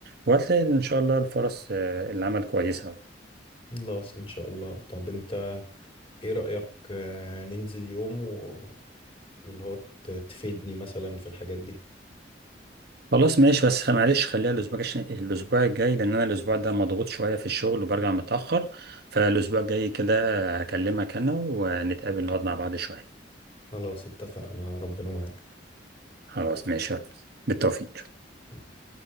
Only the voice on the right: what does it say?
وهتلاقي ان شاء الله الفرص آه، العمل كويسة
خلاص ماشي بس معلش خليها الاسبوع عشان الاسبوع الجاي لان انا الاسبوع ده مضغوط شوية في الشغل وبرجع متأخر فالاسبوع الجاي كده هكلمك انا ونتقابل نقعد مع بعض شوية
خلاص ماشي يا رب. بالتوفيق